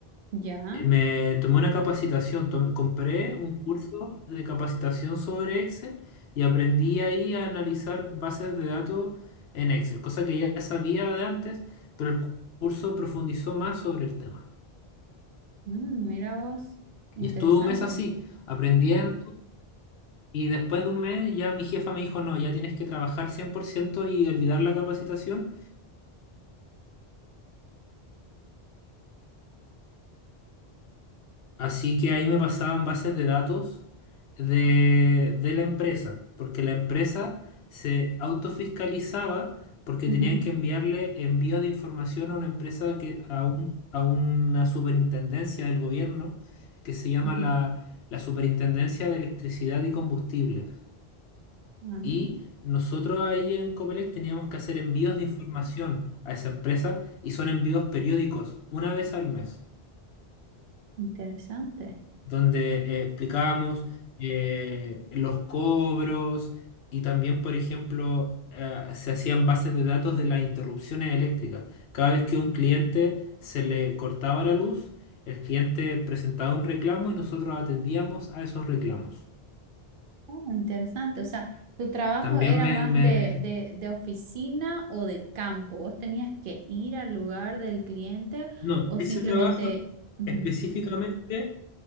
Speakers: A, on the right; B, on the left.
A: Ya,
B: Eh, Me tomé una capacitación, tom- compré un curso de capacitación sobre Excel y aprendí ahí a analizar bases de datos en Excel, cosa que ya sabía de antes, pero el cu- curso profundizó más sobre el tema.
A: Mm, mira vos, interesante.
B: Y estuve un mes así, aprendiendo, y después de un mes ya mi jefa me dijo, no, ya tienes que trabajar 100% y olvidar la capacitación Así que ahí me pasaban bases de datos de, de la empresa, porque la empresa se autofiscalizaba porque
A: Ujú,
B: tenían que enviarle envíos de información a una empresa que, a un- a una superintendencia del gobierno que se llama
A: ujú.
B: la, la Superintendencia de Electricidad y Combustibles.
A: Ah,
B: Y nosotros ahí en Copelec teníamos que hacer envíos de información a esa empresa y son envíos periódicos, una vez al mes.
A: interesante.
B: donde eh, explicábamos eh, los cobros y también, por ejemplo, eh, se hacían bases de datos de las interrupciones eléctricas. Cada vez que un cliente se le cortaba la luz, el cliente presentaba un reclamo y nosotros atendíamos a esos reclamos.
A: Oh, interesante. O sea, ¿tu trabajo
B: También
A: era
B: me...
A: más
B: me-
A: de, de, de oficina o de campo? ¿Vos tenías que ir al lugar del cliente
B: No,
A: o
B: ese
A: simplemente...
B: trabajo
A: ujú.
B: específicamente